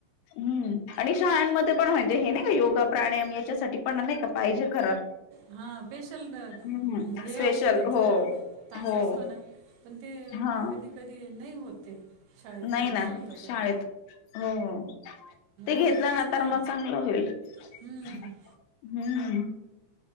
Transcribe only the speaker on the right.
हा पेशल
हे
असतो त्यांच्यात.
तास
असतो ना, पण ते
कधी-कधी नाही होत ते. शाळेत
पण
असं होऊन जातं
ते
अवेअरनेस
नाही
आहे